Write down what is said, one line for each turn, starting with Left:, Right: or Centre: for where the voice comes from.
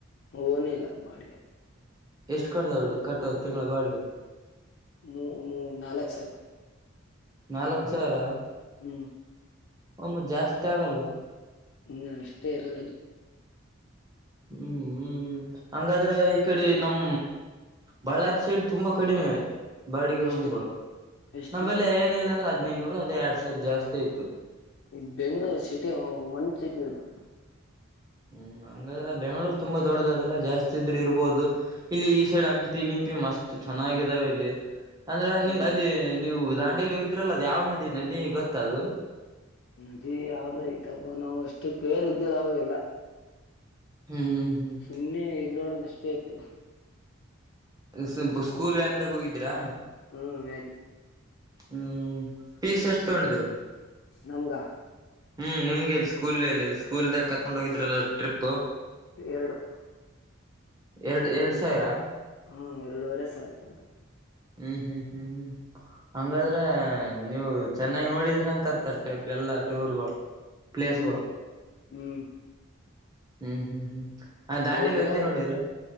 Left: ಹನ ಇಲ್ಲ ಬಾಡಿಗೆ
Right: ಎಷ್ಟು ಕಟ್ಟದಾವಡಿ ಕಟ್ಟದ ತಿಂಗಳ ಬಾಡಿಗೆ
Left: ಮೂ ಮೂ ನಾಲ್ಕು ಸಾವಿರ
Right: ನಾಲ್ಕ್ ಸಾವಿರ
Left: ಹ್ಮ್
Right: ಒಮ್ಮತ್ ಜಾಸ್ತಿ ಆಗಲ್ವಾ
Left: ಹ್ಮ ಅಷ್ಟೇ ಇರೋದಲ್ಲಿ
Right: ಹ್ಮ್ ಹ್ಮ ಹ್ಮ್ ಹಂಗಾದ್ರೆ ಈ ಕಡೆ ನಮ್ಮ ಬಳ್ಳಾರಿ ಸೈಡ್ ತುಂಬಾ ಕಡಿಮೆ ಬಾಡಿಗೆ
Left: ಎಷ್ಟು
Right: ರೂಮ್ಗಳು
Left: ಎಷ್ಟು
Right: ನಂಬಲ್ಲಿ ಏನಿಲ್ಲ ಅಂದ್ರೆ ಹದ್ದುನೂರು ಅದೇ ಎರಡ್ ಸಾವಿರ ಜಾಸ್ತಿ ಆಯ್ತು
Left: ಈ ಬೆಂಗ್ಗಳೂರು ಸಿಟಿ ಒಂದ್ ಸಿಟಿ ಅದು
Right: ಹ್ಮ್ ಹಂಗಾದ್ರ ಬೆಂಗ್ಳೂರ್ ತುಂಬಾ ದೊಡ್ಡದ ಅದಲ್ಲ ಜಾಸ್ತಿ ಇದ್ರೆ ಇರ್ಬೋದು ಇಲ್ಲಿ ಈ ಸೈಡ್ ಹಂಪಿ ಗಿಂಪಿ ಮಸ್ತ್ ಚೆನ್ನಾಗಿದಾವ ಇಲ್ಲಿ ಅಂದ್ರ
Left: ಹ್ಮ್
Right: ನಿಮ ಅಲ್ಲಿ ನೀವು ದಾಂಡೇಲಿ ಹೋಗಿದ್ರಲ್ಲ ಅದು ಯಾವ ನದಿ ನದಿ ಗೊತ್ತ ಅದು
Left: ನಜಿ ಯಾವ್ದ ಐ್ತಪ್ಪ ನಾವು ಅಷ್ಟು ಕೇರ್ ಇದ್ದಿಲ್ಲ ಅವಾಗೆಲ್ಲ
Right: ಹ್ಮ್ ಹ್ಮ್
Left: ಸುಮ್ನೆ ಎಗರಾಡದಷ್ಟೇ ಆಯ್ತು
Right: ಸ್ವಲ್ಪ ಸ್ಕೂಲ್ ವ ಅಂದಾಗ ಹೋಗಿದ್ದೀರಾ
Left: ಹ್ಞೂ ವನ್
Right: ಹ್ಮ್ ಪೀಸ್ ಎಷ್ಟು ತಗೊಂಡಿದ್ರು
Left: ನಂಗ
Right: ಹ್ಮ್ ನಿಮ್ಗೆಲ್ಲಿ ಸ್ಕೂಲ್ಲಸ್ಕೂಲ್ದಾಗ ಕರ್ಕೊಂಡ್ ಹೋಗಿದ್ರಲ್ಲ ಟ್ರಿಪ್
Left: ಎರಡು
Right: ಎರಡು ಎರಡ್ ಸಾವಿರ
Left: ಹ್ಮ್ ಎರಡುವರೆ ಸಾರತದು
Right: ಹ್ಮ್ ಹ್ಮ್ ಹ್ಮ್ ಹ್ಮ್ ಹಂಗಾದ್ರೆ
Left: ಹ್ಮ್
Right: ನೀವು ಚೆನ್ನಾಗಿ ನೋಡಿದ್ರಿ ಅಂತರ್ತ ಎಲ್ಲಾ ಟೂರ್ಗಳು ಪ್ಲೇಸ್ಗಳು
Left: ಹ್ಮ್ ಹ್ಮ್
Right: ಹ್ಮ್ ಹ್ಮ್ ಹ್ಮ್ ಹ ದಾಂಡೆಲು
Left: ಮೂರ್ ದಿನ
Right: ಒಂದೇ ನೋಡಿದ್ರ